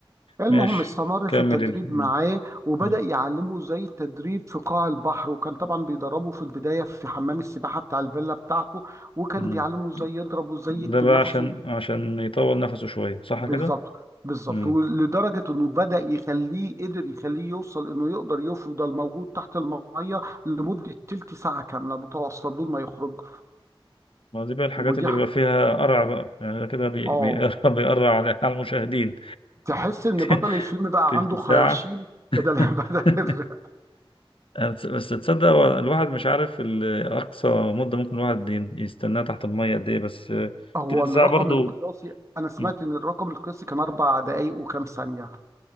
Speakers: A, on the right; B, on the left.
A: المهم
B: ماشي
A: استمر
B: كمل
A: في التدريب
B: ال... مم.
A: معاه وبدأ
B: مم.
A: يعلمه ازاي التدريب في قاع البحر وكان طبعا بيدربه في البداية في حمام السباحة بتاع الفيلا بتاعته وكان
B: مم.
A: بيعلمه ازاي يضرب وازاي
B: ده
A: يكتم
B: بقى
A: نفسه
B: عشان عشان يطول نفسه شوية صح
A: بالظبط
B: كده؟
A: بالظبط
B: مم.
A: ولدرجة انه بدأ يخليه قدر يخليه يوصل انه يقدر يفضل موجود تحت المية لمدة تلت ساعة كاملة متواصلة بدون ما يخرج
B: ما دي بقى الحاجات
A: ودي
B: اللي
A: ح...
B: بيبقى فيها قرع بقى يعني ده كده بي...
A: اه
B: بيقرع <laughs> بيقرع على على المشاهدين
A: تحس ان بطل
B: <laughs>
A: الفيلم بقى
B: تلت
A: عنده
B: ساعة
A: خياشيم
B: <laughs>
A: بدل <laughs> بدل
B: آه، بس بس تصدق هو الواحد مش عارف ال- أقصى مدة ممكن الواحد ي- يستناها تحت المية قد إيه بس آه،
A: هو
B: تلت
A: الرقم
B: ساعة برضو
A: القياسي انا سمعت
B: مم.
A: ان الرقم القياسي كان اربع دقايق وكام ثانيه